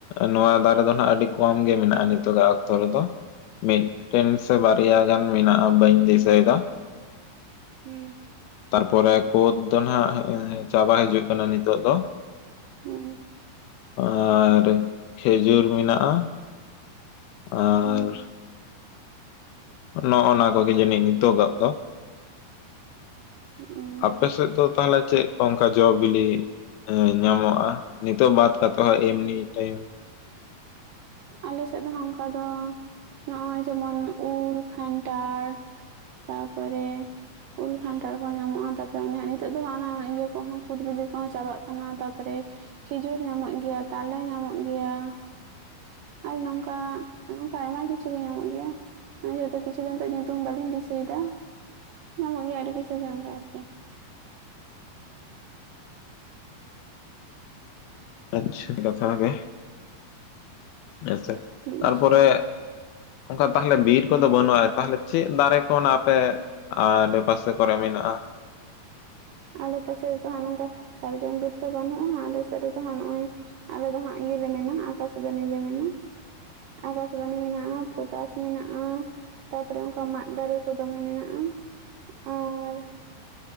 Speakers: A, on the left (about 80°); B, on the right (about 75°).
A: ᱱᱚᱣᱟ ᱫᱟᱨᱮ ᱫᱚ ᱱᱟᱜ ᱟᱹᱰᱤ ᱠᱚᱢ ᱜᱮ ᱢᱮᱱᱟᱜᱼᱟ ᱱᱤᱛᱚᱜ ᱟᱜ ᱚᱠᱛᱚ ᱨᱮᱫᱚ ᱢᱤᱫᱴᱮᱱ ᱥᱮ ᱵᱟᱨᱭᱟ ᱜᱟᱱ ᱢᱮᱱᱟᱜᱼᱟ ᱵᱟᱹᱧ ᱫᱤᱥᱟᱹᱭ ᱮᱫᱟ
B: ᱦᱮᱸ
A: ᱛᱟᱨᱯᱚᱨᱮ ᱠᱳᱫ ᱫᱚ ᱱᱟᱜ ᱪᱟᱵᱟ ᱦᱤᱡᱩᱜ ᱠᱟᱱᱟ ᱱᱤᱛᱳᱜ ᱫᱚ
B: ᱦᱩᱸ
A: ᱟᱨ ᱠᱷᱮᱡᱩᱨ ᱢᱮᱱᱟᱜᱼᱟ ᱟᱨ
B: ᱦᱩᱸ
A: ᱱᱚᱜᱼᱱᱟ ᱠᱚᱜᱮ ᱡᱟᱹᱱᱤᱡ ᱱᱤᱛᱚᱜᱟᱜ ᱫᱚ
B: ᱦᱩᱸ
A: ᱟᱯᱮ ᱥᱮᱫ ᱫᱚ ᱛᱟᱦᱚᱞᱮ ᱪᱮᱫ ᱠᱚ ᱚᱝᱠᱟ ᱡᱚᱼ ᱵᱤᱞᱤ ᱦᱮᱸ ᱧᱟᱢᱚᱜᱼᱟ ᱱᱤᱛᱚᱜ ᱵᱟᱫ ᱠᱟᱛᱮᱫ ᱦᱚᱸ ᱮᱢᱱᱤ ᱴᱟᱭᱤᱢ
B: ᱟᱞᱮ ᱥᱮᱫ ᱫᱚᱦᱟᱸ ᱚᱝᱠᱟ ᱫᱚ ᱱᱚᱜᱼᱚᱭ ᱡᱮᱢᱚᱱ ᱩᱞ ᱠᱷᱟᱱᱴᱷᱟᱲ ᱛᱟᱯᱚᱨᱮ ᱩᱞ ᱠᱷᱟᱱᱴᱷᱟᱲ ᱠᱚ ᱧᱟᱢᱚᱜᱼᱟ ᱛᱟᱯᱚᱨᱮ ᱚᱱᱮ ᱱᱤᱛᱚᱜ ᱫᱚ ᱚᱱᱟ ᱤᱭᱟᱹ ᱠᱚᱦᱚᱸ ᱠᱩᱫᱽ ᱵᱤᱞᱤ ᱠᱚᱦᱚᱸ ᱪᱟᱵᱟᱜ ᱠᱟᱱᱟ ᱛᱟᱨᱯᱚᱨᱮ ᱠᱷᱤᱡᱩᱨ ᱧᱟᱢᱚᱜ ᱜᱤᱭᱟ, ᱛᱟᱞᱮ ᱧᱟᱢᱚᱜ ᱜᱤᱭᱟ ᱾ ᱟᱨ ᱱᱚᱝᱠᱟ ᱱᱚᱝᱠᱟ ᱟᱭᱢᱟ ᱠᱤᱪᱷᱩ ᱜᱮ ᱧᱟᱢᱚᱜ ᱜᱤᱭᱟ᱾ <unintelligible> ᱠᱤᱪᱷᱩ <unintelligible> ᱵᱟᱹᱞᱤᱧ ᱫᱤᱥᱟᱹᱭ ᱫᱟ ᱧᱟᱢᱚᱜ ᱜᱤᱭᱟ ᱟᱹᱰᱤ ᱠᱤᱪᱷᱩ ᱜᱮ ᱟᱨᱠᱤ ᱾
A: ᱟᱪᱪᱷᱟ ᱠᱟᱛᱷᱟ ᱜᱮ ᱟᱪᱪᱷᱟ
B: ᱦᱩᱸ
A: ᱛᱟᱯᱚᱨ ᱨᱮ ᱚᱝᱠᱟ ᱛᱟᱦᱞᱮ ᱵᱤᱨ ᱠᱚᱫᱚ ᱵᱟᱹᱱᱩᱜᱼᱟ ᱛᱟᱦᱚᱞᱮ ᱪᱮᱜ ᱫᱟᱨᱮ ᱠᱷᱚᱱ ᱟᱯᱮ ᱟᱨ ᱟᱰᱮ ᱯᱟᱥᱮ ᱠᱚᱨᱮ ᱢᱮᱱᱟᱜᱼᱟ
B: ᱟᱞᱮ ᱯᱟᱥᱮ ᱨᱮᱫᱚ ᱱᱚᱝᱠᱟ ᱥᱟᱨᱡᱚᱢ ᱵᱤᱨ ᱫᱚ ᱵᱟᱹᱱᱩᱜᱼᱟ ᱟᱞᱮ ᱥᱮᱫ ᱨᱮᱫᱚ ᱦᱟᱸᱜ ᱱᱚᱜᱼᱚᱭ ᱟᱞᱮ ᱫᱚ ᱦᱟᱸᱜ ᱤᱭᱟᱹ ᱞᱮ ᱢᱮᱱᱟ ᱟᱠᱟᱥᱵᱟᱱᱤ ᱞᱮ ᱢᱮᱱᱟ ᱟᱠᱟᱥᱵᱟᱱᱤ ᱢᱮᱱᱟᱜᱼᱟ ᱯᱚᱴᱟᱥ ᱢᱮᱱᱟᱜᱼᱟ ᱛᱟᱯᱚᱨᱮ ᱚᱱᱠᱟ ᱢᱟᱫ ᱫᱟᱨᱮ ᱠᱚ ᱫᱚᱢᱮ ᱢᱮᱱᱟᱜᱼᱟ ᱟᱨ